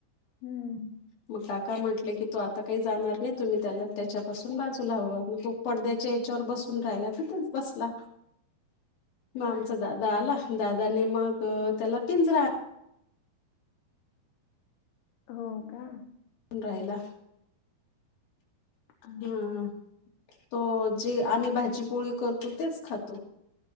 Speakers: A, on the left; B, on the left.
A: हम्म
B: मग काका म्हंटले की तू आत - आता काही जाणार नाही तुम्ही त्याला त्याच्यापासून बाजूला हवा मग तो पडद्याच्या याच्यावर बसून राहिला तिथच बसला मं आमचा
A: आ
B: दादा आला, दादा नो मग त्याला पिंजरा-
A: हों का?
B: राहिला
A: हा.
B: हुं तो- जी आम्ही भाजीपोळी करतो तेच खातो.